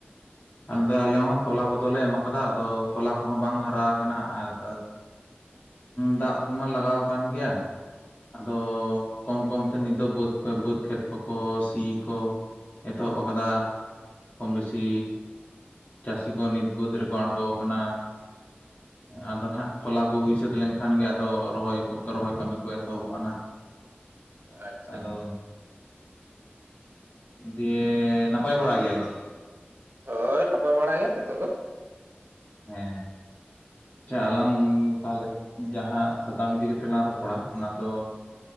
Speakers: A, on the left; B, on the right.
A: <unintelligible> ᱟᱞᱮ ᱦᱚᱸ ᱛᱚᱞᱟ ᱠᱚᱫᱚᱞᱮ ᱮᱢ ᱠᱟᱫᱟ ᱟᱫᱚ ᱛᱚᱞᱟ ᱠᱚᱦᱚᱸ ᱵᱟᱝ ᱦᱟᱨᱟ ᱟᱠᱟᱱᱟ ᱟᱨ ᱫᱟᱜ ᱠᱚᱢᱟ ᱞᱟᱜᱟᱣ ᱟᱠᱟᱱ ᱜᱮᱭᱟ ᱟᱫᱚ ᱠᱚᱢ ᱠᱚᱢᱛᱮ ᱱᱤᱛ ᱫᱚ ᱵᱟᱹᱫᱽ ᱠᱚ ᱵᱟᱹᱫᱽ ᱠᱷᱮᱛ ᱠᱚᱠᱚ ᱥᱤᱭᱟᱠᱚ ᱮᱛᱚᱦᱚᱵ ᱟᱠᱟᱫᱟ ᱠᱚᱢ ᱵᱮᱥᱤ ᱪᱟᱹᱥᱤ ᱠᱚ ᱱᱤᱛ ᱵᱟᱹᱫᱽ ᱨᱮᱠᱚ ᱟᱬᱜᱚ ᱟᱠᱟᱱᱟ ᱟᱫᱚ ᱱᱟᱦᱟᱜ ᱛᱚᱞᱟ ᱠᱚ ᱦᱩᱭ ᱥᱟᱹᱛ ᱞᱮᱱᱠᱷᱟᱱ ᱜᱮ ᱟᱫᱚ ᱨᱚᱦᱚᱭ ᱨᱚᱦᱚᱭ ᱠᱟᱹᱢᱤ ᱠᱚ ᱮᱛᱚᱦᱚᱵᱚᱜᱼᱟ ᱱᱟᱦᱟᱜ
B: ᱟᱪᱪᱷᱟ
A: ᱟᱫᱚ
B: ᱟᱪᱪᱷᱟ
A: ᱫᱤᱭᱮ ᱱᱟᱯᱟᱭ ᱵᱟᱲᱟᱜ ᱜᱮᱭᱟᱵᱤᱱ?
B: ᱦᱳᱭ ᱱᱟᱯᱟᱭ ᱵᱟᱲᱟ ᱜᱮ ᱱᱤᱛᱚᱜ ᱫᱚ᱾
A: ᱦᱮᱸ ᱟᱪᱪᱷᱟ ᱟᱞᱟᱝ ᱛᱟᱦᱚᱞᱮ ᱡᱟᱦᱟᱸ ᱥᱟᱛᱟᱢ ᱤᱫᱤ ᱠᱟᱛᱮᱜ ᱞᱟᱝ ᱨᱚᱯᱚᱲᱟ ᱚᱱᱟ ᱫᱚ